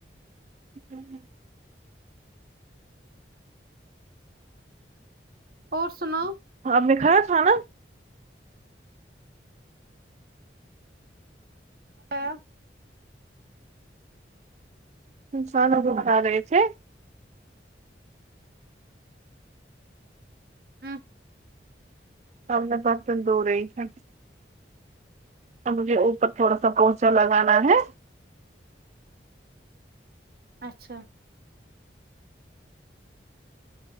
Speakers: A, on the right; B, on the right.
A: <unintelligible>
B: اور سناؤ
A: اپ نے کھایا کھانا
B: ا
A: انسانوں کو اٹھا رہے تھے
B: ہوں
A: اب میں برتن دھو رہی تھی تو مجھے اوپر تھوڑا سا پونچھا لگانا ہے
B: اچھا